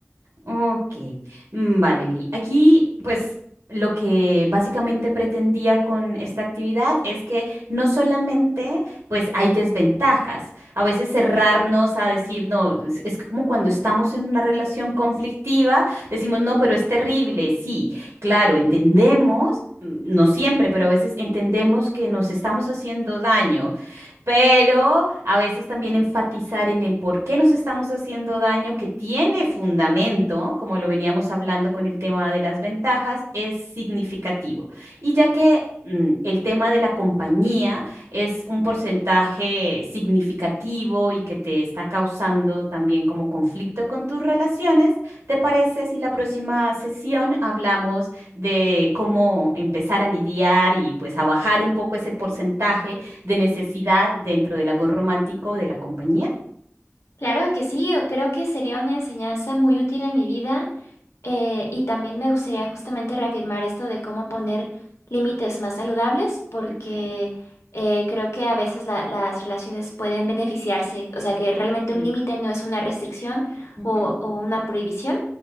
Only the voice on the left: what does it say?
Claro que sí, yo creo que sería una enseñanza muy útil en mi vida Eh, y también me gustaría justamente reafirmar esto de cómo poner límites más saludables, porque
eh, creo que a veces la- las relaciones pueden beneficiarse, o sea que realmente
un límite no es una restricción
o, o una prohibición,